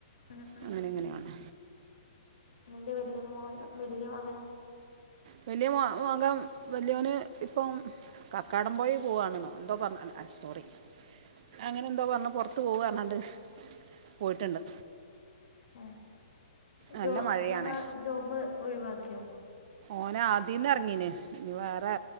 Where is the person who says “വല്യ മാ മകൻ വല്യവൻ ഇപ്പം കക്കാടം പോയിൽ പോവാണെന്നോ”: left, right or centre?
Right